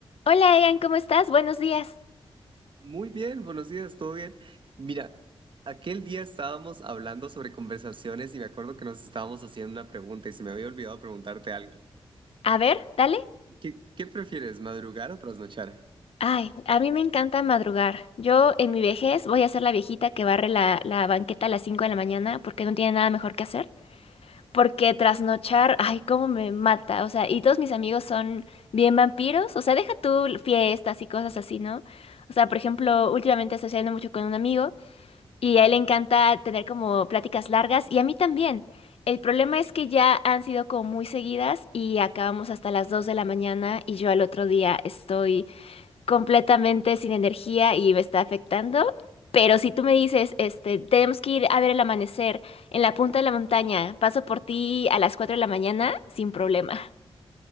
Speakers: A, on the left (about 75°); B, on the right (about 55°).
A: Hola Egan, ¿cómo estás? Buenos días.
B: Muy bien, buenos días, ¿todo bien? Mira, aquel día estábamos hablando sobre conversaciones y me acuerdo que nos estábamos haciendo una pregunta y se me había olvidado preguntarte algo.
A: A ver, dale.
B: ¿Qué, qué prefieres, madrugar o trasnochar?
A: Ay, a mí me encanta madrugar. Yo en mi vejez voy a ser la viejita que barre la, la banqueta a las 5 de la mañana porque no tiene nada mejor que hacer. Porque trasnochar, ay, cómo me mata. O sea, y todos mis amigos son bien vampiros. O sea, deja tú fiestas y cosas así, ¿no? O sea, por ejemplo, últimamente estoy saliendo mucho con un amigo. Y a él le encanta tener como pláticas largas y a mí también. El problema es que ya han sido como muy seguidas y acabamos hasta las 2 de la mañana y yo al otro día estoy completamente sin energía y me está afectando. Pero si tú me dices, este, tenemos que ir a ver el amanecer en la punta de la montaña, paso por ti a las 4 de la mañana, sin problema.